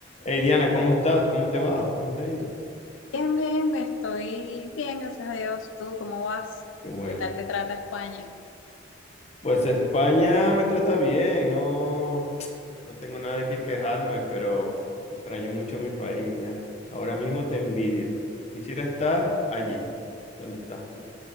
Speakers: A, on the left (about 35°); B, on the left (about 80°).
A: Hey Diana, ¿cómo estás? ¿Cómo te va? ¿Cómo te ha ido?
B: Bien, bien, estoy bien, gracias a Dios. ¿Tú cómo vas?
A: Qué bueno.
B: ¿Qué tal te trata España?
A: Pues España me trata bien, no, no tengo nada de qué quejarme, pero uf, extraño mucho mi país, Diana. Ahora mismo te envidio. Quisiera estar allí, donde estás tú.